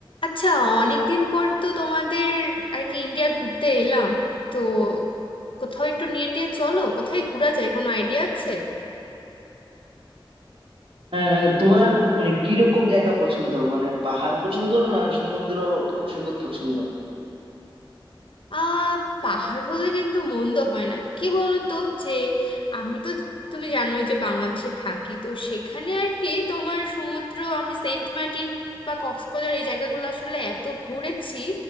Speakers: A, on the left; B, on the right.
A: আচ্ছা অনেকদিন পর তো তোমাদের আর কি ইন্ডিয়া ঘুরতে এলাম তো কোথাও একটু নিয়ে টিয়ে চলো কোথায় ঘোরা যায় কোনো আইডিয়া আছে
B: আহ, তোমার মানে কিরকম জায়গা পছন্দ মানে পাহাড় পছন্দ না সমুদ্র প- সৈকত পছন্দ
A: আহ পাহাড় হলে কিন্তু মন্দ হয় না কি বলো তো যে আমি তো তুমি জানোই যে বাংলাদেশে থাকি তো সেখানে আর কি তোমার সমুদ্র আমি সেন্ট মার্টিন বা কক্সবাজার এই জায়গাগুলো আসলে এত ঘুরেছি